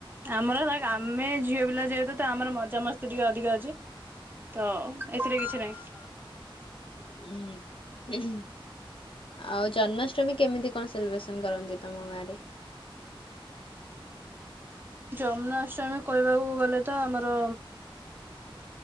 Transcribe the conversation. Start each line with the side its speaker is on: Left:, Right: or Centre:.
Right: ଆମର ହେଲା ଗା ଆମେ ଝିଅ ପିଲା ଯେହେତୁ ତ, ଆମର ମଜାମସ୍ତି ଟିକେ ଅଧିକ ଅଛି। ତ ଏଥିରେ କିଛି ନାହିଁ।
Left: ହୁଁ ହୁଁ ହୁଁ। ଆଉ ଜନ୍ମାଷ୍ଟମୀ କେମିତି କଣ ସେଲିବ୍ରେସନ କରନ୍ତି, ତମ ଗାଁ ରେ?
Right: ଜନ୍ମାଷ୍ଟମୀ କହିବାକୁ ଗଲେ ତ ଆମର